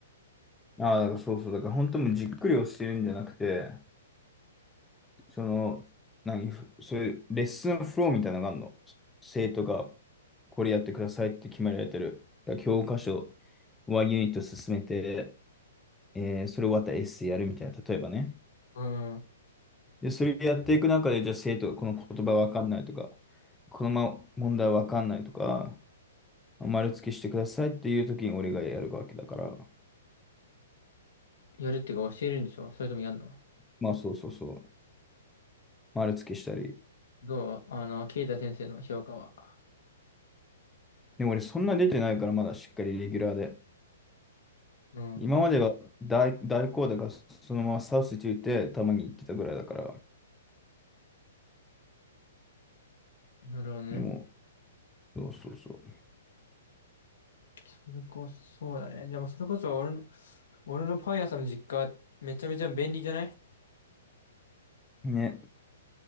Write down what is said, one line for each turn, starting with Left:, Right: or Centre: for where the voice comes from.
Centre: ああ、だからそうそう。だから本当もうじっくり教えるんじゃなくて、その、何、ふそういうレッスンフローみたいなのがあるの。生徒がこれやってくださいって決められてる。だから教科書、1ユニット進めて、えーそれ終わったらエッセイやるみたいな、例えばね。
Left: うん。
Centre: で、それやっていく中で、じゃあ生徒がこの言葉わかんないとか、このま問題わかんないとか、丸付けしてくださいっていう時に俺がやるわけだから、
Left: やるっていうか教えるんでしょそれともやんの
Centre: まあそうそうそう、丸付けしたり。
Left: どうあの、ケイタ先生の評価は。
Centre: でも俺そんな出てないからまだしっかりレギュラーで。
Left: うん。
Centre: 今までは大、大好打がそのままサウスティーたまに行ってたぐらいだから。
Left: なるほどね。
Centre: でも、そうそうそ
Left: それこそ、そうだね。でもそれこそ俺の、俺のパン屋さんの実家、めちゃめちゃ便利じゃない
Centre: う。ね。